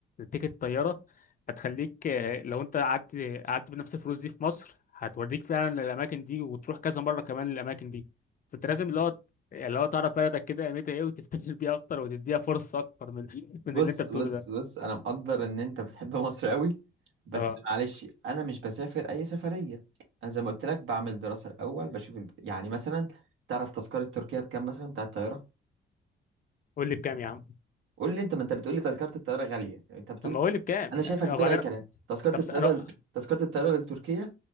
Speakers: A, on the left; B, on the right.
A: تيكت الطياره هتخليك آه، لو انت قعدت قعدت بنفس الفلوس دي في مصر هتوريك فعلا الاماكن دي وتروح كذا مره كمان الاماكن دي فانت لازم اللي هو اللي هو تعرف بلدك كده قيمتها ايه وتفتكر بيها اكتر وتديها فرصه اكتر من <laughs> من
B: بص
A: اللي انت بتقوله
B: بص
A: ده
B: بص انا مقدر ان انت بتحب مصر قوي بس
A: اه
B: معلش انا مش بسافر اي سفريه انا زي ما قلت لك بعمل دراسه الاول بشوف الب- يعني مثلا تعرف تذكره تركيا بكام مثلا بتاع الطياره
A: قول لي بكام يا عم
B: قول لي انت ما انت بتقول لي تذكره الطياره غاليه انت بتقول
A: طب ما
B: كده
A: قول لي بكام
B: انا
A: يعني
B: شايفك بتقول
A: آه، وبعدين
B: اي كلام تذكره
A: طب
B: الطياره
A: س- انا
B: تذكره الطياره لتركيا